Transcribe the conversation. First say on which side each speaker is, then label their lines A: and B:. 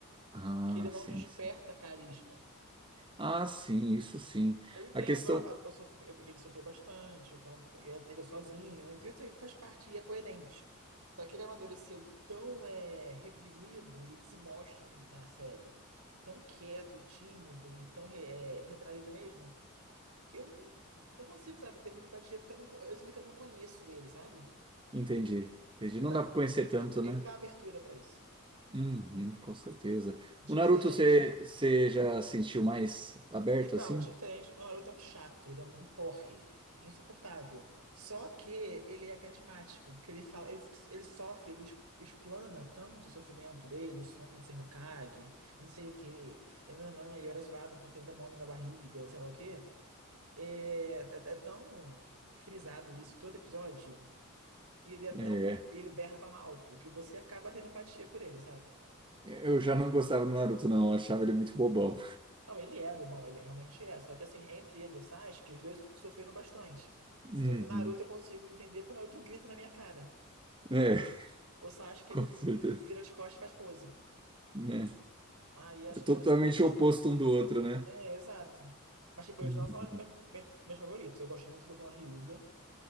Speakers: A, on the right (about 20°); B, on the right (about 75°).
A: Ah,
B: que ele não
A: sim,
B: desperta
A: sim.
B: carisma.
A: Ah, sim, isso sim.
B: Eu entendo,
A: A questão.
B: a- a- o sofr- ele sofreu bastante, o clã- é, ele é sozinho, então isso aí faz parte e é coerente. Só que ele amadureceu tão é, reprimido e ele se mostra na série tão quieto e tímido e tão re- é, retraído mesmo, que eu não, não consigo, sabe, ter muita empatia, porque eu, não co- eu sinto que eu não conheço ele, sabe?
A: Entendi, entendi.
B: Ele
A: Não
B: na-
A: dá pra conhecer
B: ele-
A: tanto,
B: ele- ele
A: né?
B: não dá abertura pra isso.
A: Uhum, com certeza.
B: Diferente.
A: O Naruto, você você já sentiu mais aberto
B: Então,
A: assim?
B: diferente. O Naruto é um chato, ele é um porre. Insuportável. Só que ele é carismático, porque ele fala, ele, ele sofre, ele es- explana tanto o sofrimento dele, o sonho de ser Hokage, eu não sei o quê, e nanã, e eu era zoado por ter um demônio na barriga, sei lá o quê. É, é, é tão frisado isso todo episódio, e ele é tão,
A: É.
B: ele berra tão alto que você acaba tendo empatia por ele, sabe?
A: Eu já não gostava do Naruto, não. Eu achava ele muito bobão.
B: Não, ele é bobão, ele realmente é. Só que assim, entre ele e o Sasuke, os dois sofreram bastante.
A: Uhum.
B: Só que o Naruto eu consigo entender porque o Naruto grita na minha cara.
A: É,
B: O Sasuke,
A: <laughs> com
B: ele
A: certeza.
B: vi- vi- vira de costas e faz pose.
A: Né?
B: Aí acho
A: É
B: que
A: totalmente
B: essa é a minha questão.
A: oposto um do outro, né?
B: É, exato. Mas tipo, eles
A: Hum.
B: não são os meus, meus- meus favoritos. Eu gosto muito do clã Hyuga.